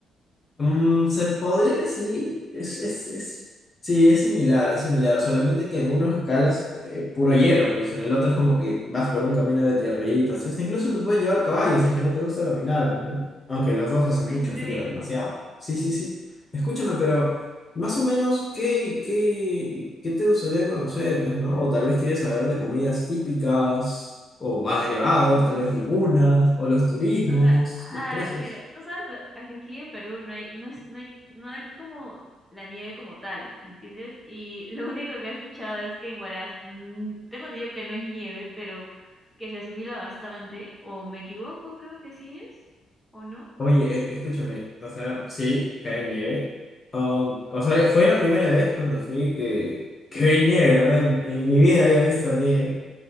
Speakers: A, on the left; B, in the centre.
A: Mm, se podría
B: o no?
A: decir, es, es, es, sí, es similar, es similar, solamente que en uno escalas eh, puro hielo, pues en el otro es como que vas por un camino de tierritas, hasta incluso te pueden llevar caballos, si es que no te gusta caminar, pues, ¿no? Aunque los dos hace mucho
B: <laughs> ¿En serio?
A: frío, demasiado. Sí, sí, sí. Escúchame,
B: Ah.
A: pero más o menos, ¿qué, qué, qué te gustaría conocer, pues, ¿no? O tal vez quieres saber de comidas típicas, o más elevados,
B: Mm.
A: tal vez lagunas, o los turismos,
B: O sea,
A: los
B: ah,
A: precios.
B: mira, tú sabes eh, que aquí en Perú no hay, no es, no hay, no hay como la nieve como tal, ¿me entiendes? Y lo único que he escuchado es que en Huaraz, mm, tengo entendido que no es nieve, pero que se asimila bastante, o me equivoco, creo que sí es, o no.
A: Oye, e- escúchame, o sea, sí, cae nieve. Aun- o sea, fue la primera vez cuando fui que, que vi nieve, la verdad, en, en mi vida había visto nieve.